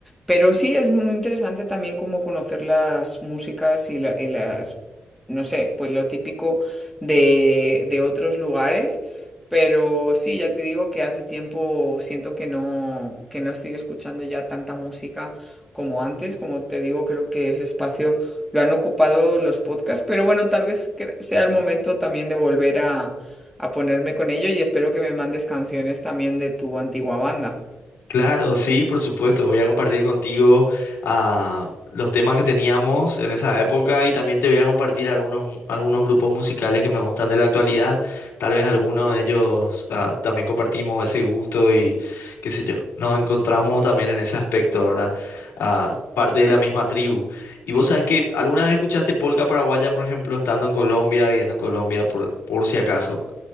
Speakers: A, in the centre; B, on the left.
A: Pero sí es muy interesante también como conocer las músicas y, la- y las, no sé, pues lo típico de, de otros lugares. Pero sí, ya te digo que hace tiempo siento que no, que no estoy escuchando ya tanta música como antes. Como te digo, creo que ese espacio lo han ocupado los podcasts, pero bueno, tal vez cre- sea el momento también de volver a, a ponerme con ello y espero que me mandes canciones también de tu antigua banda.
B: Claro, sí, por supuesto. Voy a compartir contigo ah, los temas que teníamos en esa época y también te voy a compartir algunos, mu- algunos grupos musicales que me gustan de la actualidad. Tal vez algunos de ellos ah, también compartimos ese gusto y qué sé yo. Nos encontramos también en ese aspecto, ¿verdad? Ah, parte de la misma tribu. Y vos sabes que alguna vez escuchaste polca paraguaya, por ejemplo, estando en Colombia, viviendo en Colombia, por, por si acaso.